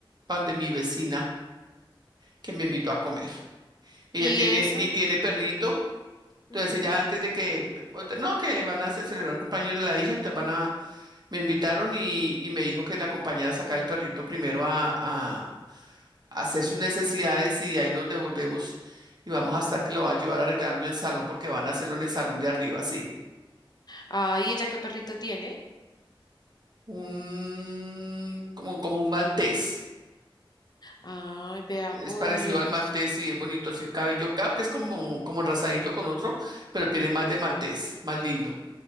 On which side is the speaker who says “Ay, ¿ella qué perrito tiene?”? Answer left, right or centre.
Left